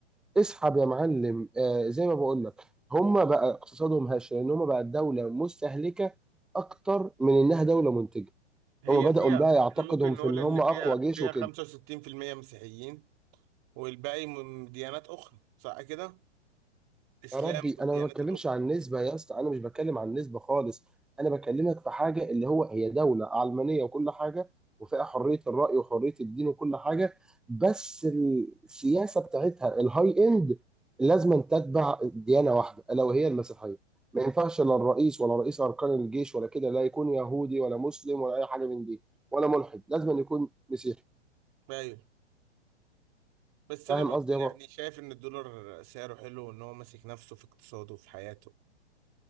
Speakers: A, in the centre; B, on the right.
A: اسحب يا معلم آه زي ما بقول لك هم بقى اقتصادهم هش لان هم بقى الدوله مستهلكه اكتر من انها دوله منتجه
B: هي
A: هم
B: فيها
A: بداوا بقى يعتقدهم
B: احنا ممكن نقول
A: في ان
B: ان
A: هم
B: فيها
A: اقوى جيش
B: فيها
A: وكده
B: 65% مسيحيين والباقي من ديانات اخرى صح كده اسلام
A: يا ربي
B: والديانات
A: انا ما بتكلمش
B: الاخرى
A: عن نسبه يا اسطى انا مش بتكلم عن نسبه خالص انا بكلمك في حاجه اللي هو هي دوله علمانيه وكل حاجه وفيها حريه الراي وحريه الدين وكل حاجه بس السياسه بتاعتها الهاي اند لازم تتبع ديانه واحده الا وهي المسيحيه ما ينفعش لا الرئيس ولا رئيس اركان الجيش ولا كده لا يكون يهودي ولا مسلم ولا اي حاجه من دي ولا ملحد لازم يكون مسيحي
B: ايوه بس
A: فاهم
B: انا برضه
A: قصدي يابا
B: يعني شايف ان الدولار سعره حلو وان هو ماسك نفسه في اقتصاده وفي حياته